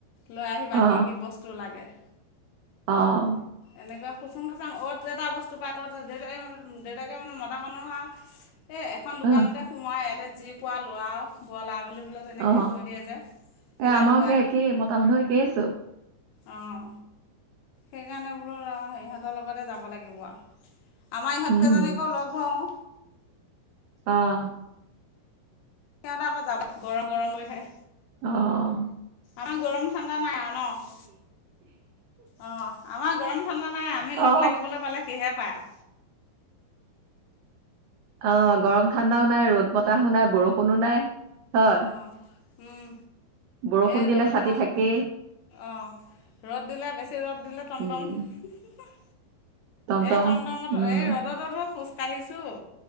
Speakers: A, on the left; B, on the right.
A: লৈ আহিবা
B: অ
A: কি-কি বস্তু লাগে।
B: অ'।
A: এনেকুৱা খুসুং খাসং অ'ত এটা বস্তু পায় ট'ত দেউতাকে দেউতাকে মানে মতা মানুহ আৰু এই এখন দোকানতে
B: অ
A: সোমোৱাই, ইয়াতে যি পোৱা লোৱা বল আ বুলি বোলে। এইটো এনেকে
B: অ
A: কৈ দিয়ে যে,
B: এ
A: এলাহ
B: আমাৰো
A: কৰে।
B: সেই একেই মতা মানুহ একেই চব
A: আহ। সেইকাৰণে বোলো ইহঁতৰ লগতে যাব লাগিব আৰু। আমাৰ ইহঁতকেইজনীকো
B: উম
A: লগ ধৰঁ
B: অঁ।
A: সিহঁতে আকৌ যাব গৰম - গৰম কৰি থাকে।
B: অঁ।
A: আমাৰ গৰম ঠাণ্ডা নাই আ ন। অঁ আমাৰ গৰম ঠাণ্ডা নাই। আমি
B: অ
A: লগ লাগিবলৈ পালে কিহে পাই আ।
B: অঁ গৰম ঠাণ্ডাও নাই, ৰ'দ বতাহো নাই, বৰষুণো নাই। হয়
A: অঁ উম
B: বৰষুণ
A: এই
B: দিলে
A: ৰ'দক
B: ছাতি থাকেই
A: অঁ ৰ'দ দিলে বেছি ৰ'দ দিলে টমটম
B: উম
A: হুহুহু।
B: টমটম
A: এ টমটমত
B: উম
A: এ ৰ'দত'দো খোজ কাঢ়িছোঁ।